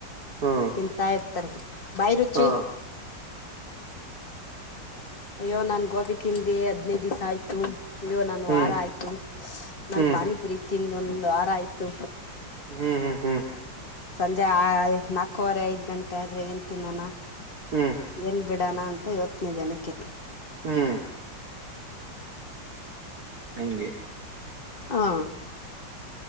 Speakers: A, on the right; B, on the left.
A: ಹ್ಮ್
B: ತಿಂತಾ ಇರ್ತಾರೆ ಬಾಯಿ ರುಚಿ
A: ಹ್ಮ್
B: ಅಯ್ಯೋ ನಾನ್ ಗೋಬಿ ತಿಂದೆ ಹದ್ನೈ ದಿವ್ ಆಯ್ತು ಅಯ್ಯ ನಾನ
A: ಹ್ಮ್
B: ವಾರ ಆಯ್ತು ನಾನ್
A: ಹ್ಮ್
B: ಪಾನಿಪುರಿ ತಿದೊಂದ ವಾರ ಆಯ್ತು
A: ಹ್ಮ್ ಹ್ಮ್ ಹ್ಮ್ ಹ್ಮ್ ಹ್ಮ್
B: ಸಂಜೆ ಆ ನಾಲ್ಕವರೆ ಐದ್ ಗಂಟೆ ಆದ್ರೆ ತಿನಾನ
A: ಹ್ಮ್
B: ಏನ್ ಬಿಡಣ ಅಂತ ಇವತ್ತನೇ ಜನಕ್ಕೆ
A: ಹ್ಮ್ ಹಂಗೆ
B: ಹಾ